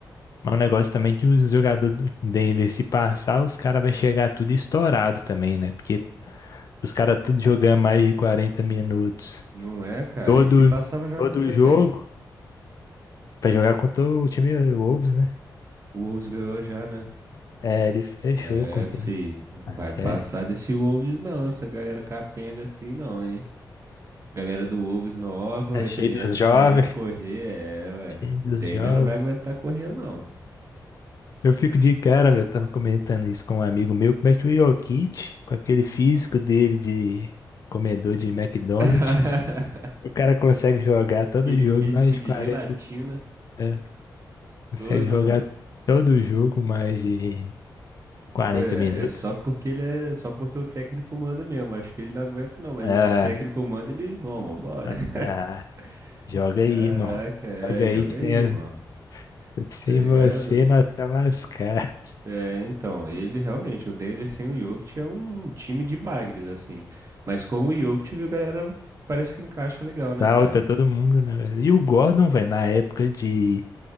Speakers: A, on the left; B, on the right.
A: Mas o negócio também é que os jogadores do Denver, se passar, os caras vai chegar tudo estourado também, né? Porque os caras tudo jogando mais de 40 minutos.
B: Não é, cara?
A: Todo,
B: E se passar, vai jogar
A: todo
B: contra
A: jogo.
B: quem?
A: Pra jogar contra o time Wolves, né?
B: O Wolves ganhou já, né?
A: É, ele fechou
B: É,
A: contra
B: fi. Não
A: a
B: vai
A: série.
B: passar desse Wolves não, essa galera capenga assim não, hein? Galera do Wolves nova,
A: É
B: o Anthony
A: cheio dos
B: Edwards
A: jovens.
B: querendo correr, é, ué.
A: Cheio dos
B: O Denver
A: jovens.
B: não vai aguentar correr não.
A: Eu fico de cara, velho. Eu tava comentando isso com um amigo meu. Como é que o Jokic, com aquele físico dele de comedor de McDonald's,
B: <laughs>
A: O cara consegue jogar todo
B: Aquele
A: jogo
B: físico
A: mais
B: de
A: quarenta
B: gelatina.
A: É, consegue
B: Ou não.
A: jogar todo jogo mais de 40
B: Pô, é
A: minutos.
B: é só porque ele é só porque o técnico manda mesmo. Acho que ele não aguenta, não, mas
A: Ah,
B: o técnico manda, ele vamos, vambora.
A: assim, ah,
B: <laughs>
A: joga
B: Caraca,
A: aí, irmão.
B: é,
A: Joga aí
B: joga
A: que sem,
B: aí,
A: a-
B: irmão.
A: sem
B: Tá ligado?
A: você nós tá lascar.
B: É, então, ele realmente, o Denver sem o Jokic é um time de bagres, assim. Mas com o Jokic, viu, galera, parece que encaixa legal, né,
A: Salta
B: cara?
A: todo mundo, né, velho? E o Gordon, velho, na época de